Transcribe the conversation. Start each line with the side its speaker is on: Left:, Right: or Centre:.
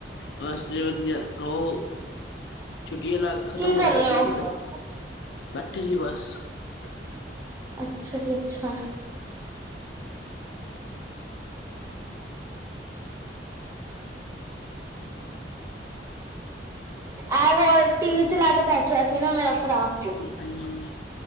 Left: ਬਸ ਜੀ ਵਧੀਆ, ਉਹ ਛੁੱਟੀਆਂ ਲ ਖਤਮ
Right: ਕੀ ਕਰ
Left: ਹੋਣ ਲੱਗੀਆਂ
Right: ਰਹੇ ਓ?
Left: ਹੁਣ ਤੇ ਬੈਠੇ ਸੀ
Right: <inaudible>
Left: ਬਸ
Right: ਅੱਛਾ ਜੀ ਅੱਛਾ ਆ ਹੋਰ ਟੀ ਵੀ ਚ ਲਾ ਕੇ ਬੈਠਿਆ ਸੀ ਨਾ ਮੇਰਾ <inaudible> ਭਰਾ
Left: ਹਾਂਜੀ ਹਾਂਜੀ